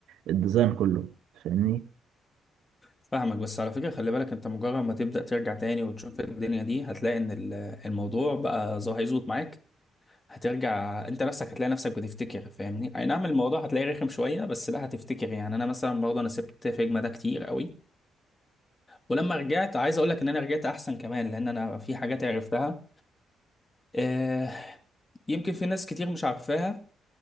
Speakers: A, on the right (about 80°); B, on the left (about 20°).
A: الديزاين كله فاهمني؟
B: فاهمك بس على فكرة خلي بالك انت مجرد ما تبدأ ترجع تاني وتشوف الدنيا دي هتلاقي ان ال- الموضوع بقى ظا- هيظبط معاك هترجع انت نفسك هتلاقي نفسك بتفتكر فاهمني اي نعم الموضوع هتلاقيه رخم شوية بس لا هتفتكر يعني انا مثلا برضه انا سبت فيجما ده كتير قوي ولما رجعت عايز اقول لك ان انا رجعت احسن كمان لان انا في حاجات عرفتها آه، يمكن في ناس كتير مش عارفاها